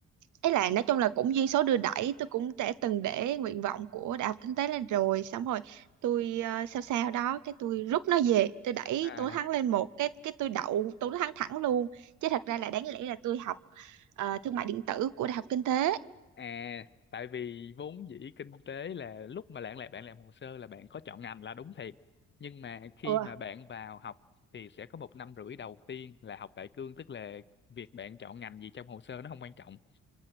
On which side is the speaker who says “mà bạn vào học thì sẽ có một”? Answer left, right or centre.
Left